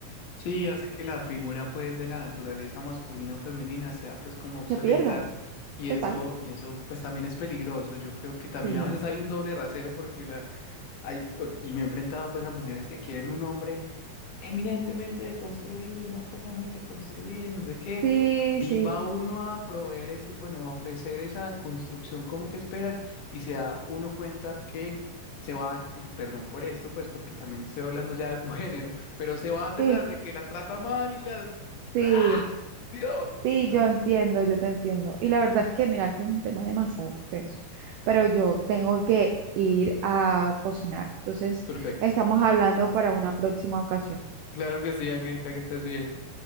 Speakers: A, on the left; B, on the right.
A: Sí, hace que la figura pues de la naturaleza masculina o femenina sea pues como obsoleta
B: Se pierda,
A: y
B: total.
A: eso y eso pues también es peligroso. Yo creo que también
B: Sí,
A: a veces hay un doble rasero porque la hay o- y me he enfrentado pues a mujeres que quieren un hombre eminentemente deconstruido y una cosa muy deconstruida y no sé qué.
B: sí,
A: Y
B: sí,
A: va uno a proveer eso, bueno, a ofrecer esa deconstrucción como que esperan y se da uno cuenta que se van, y perdón por esto, pues porque también estoy hablando ya de tu <laughs> género, pero se van detrás
B: sí,
A: de que las trata mal y las...
B: sí.
A: ¡Ah! Dios.
B: Sí,
A: No,
B: yo entiendo, yo te entiendo. Y la verdad es que, mira, esto es un tema demasiado extenso, pero yo tengo que ir a cocinar. Entonces,
A: perfecto.
B: estamos hablando para una próxima ocasión.
A: Claro que sí, Angélica, que estés bien.